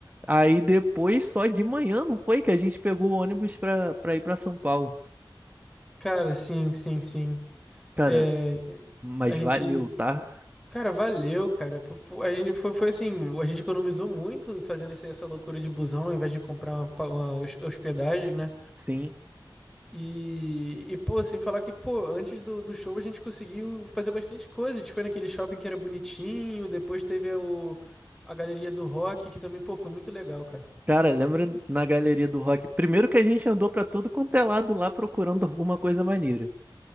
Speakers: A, on the right; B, in the centre.
A: Aí depois, só de manhã, não foi que a gente pegou o ônibus pra, pra ir pra São Paulo.
B: Cara, sim, sim, sim.
A: Cara,
B: É,
A: mas
B: a gente.
A: valeu, tá?
B: Cara, valeu, cara. Fo- fo- A gente foi, foi assim, a gente economizou muito fazendo essa essa loucura de busão ao invés de comprar uma, pa- uma hos- hospedagem, né?
A: Sim.
B: E, e, pô, sem falar que, pô, antes do, do show a gente conseguiu fazer bastante coisa. A gente foi naquele shopping que era bonitinho, depois teve a, o, a galeria do rock, que também, pô, foi muito legal, cara.
A: Cara, lembra na galeria do rock? Primeiro que a gente andou pra todo quanto é lado lá procurando alguma coisa maneira.